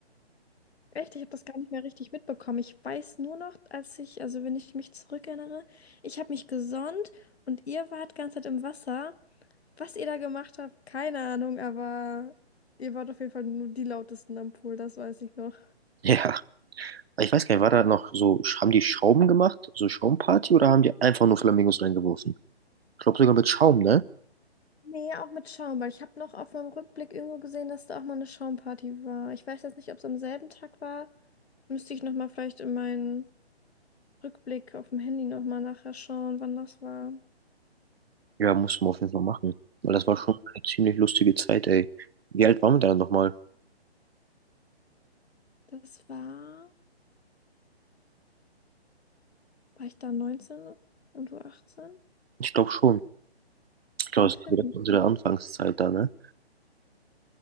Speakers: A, on the left; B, on the right.
A: Echt, ich habe das gar nicht mehr richtig mitbekommen. Ich weiß nur noch, als ich, also wenn ich mich zurückerinnere, ich habe mich gesonnt und ihr wart ganze Zeit im Wasser. Was ihr da gemacht habt, keine Ahnung, aber ihr wart auf jeden Fall nur die lautesten am Pool, das weiß ich noch.
B: Ja. Ich weiß gar nicht, war da noch so, haben die Schaum gemacht, so Schaumparty oder haben die einfach nur Flamingos reingeworfen? Ich glaube sogar mit Schaum, ne?
A: Nee, auch mit Schaum, weil ich habe noch auf meinem Rückblick irgendwo gesehen, dass da auch mal eine Schaumparty war. Ich weiß jetzt nicht, ob es am selben Tag war. Müsste ich nochmal vielleicht in meinen Rückblick auf dem Handy nochmal nachher schauen, wann das war.
B: Ja, muss man auf jeden Fall machen. Weil das war schon eine ziemlich lustige Zeit, ey. Wie alt waren wir da nochmal?
A: Das war. war ich da 19 und du achtzehn
B: Ich glaube schon. Ich glaube,
A: Am
B: das
A: 10.
B: war direkt unsere Anfangszeit da, ne?